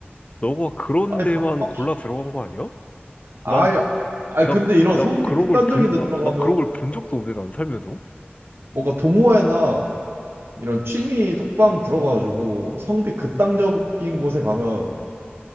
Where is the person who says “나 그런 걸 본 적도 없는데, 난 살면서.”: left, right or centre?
Left